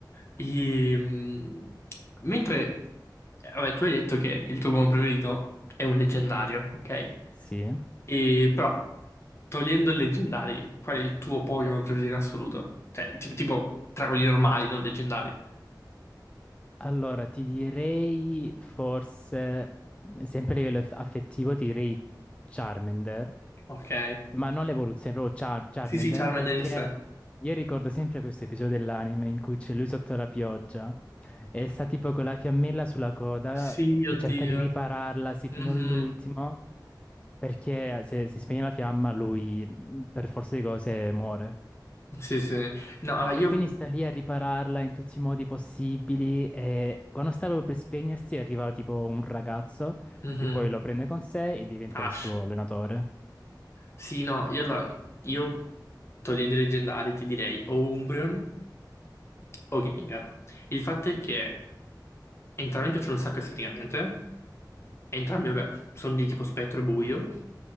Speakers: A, on the left; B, on the left.
A: E, mm, mentre, vabbè, tu hai detto che il tuo Pokémon preferito è un leggendario, ok?
B: Sì.
A: E però, togliendo i leggendari, qual è il tuo Pokémon preferito in assoluto? Cioè, tipo, tipo tra quelli normali, non leggendari.
B: Allora, ti direi forse, sempre a livello aff- affettivo, ti direi Charmander,
A: Ok.
B: ma non l'evoluzione, proprio Char- Charmander,
A: Sì, sì, Charmander
B: perché
A: in sé.
B: io ricordo sempre questo episodio dell'anime in cui c'è lui sotto la pioggia e sta tipo con la fiammella sulla coda
A: Sì,
B: che
A: oddio.
B: cerca di ripararla sì,
A: Mhm.
B: fino all'ultimo, perché se si spegne la fiamma lui mm, per forza di cose muore.
A: Sì, sì. No, allora io...
B: E quindi sta lì a ripararla in tutti i modi possibili e quando stava per spegnersi arriva tipo un ragazzo
A: mhm.
B: che poi lo prende con sé e diventa
A: Ash.
B: il suo allenatore.
A: Sì, no, io allora... Io, togliendo i leggendari, ti direi o Umbreon. o Gengar. Il fatto è che entrambi mi piacciono un sacco esteticamente, entrambi, vabbè, sono di tipo spettro e buio,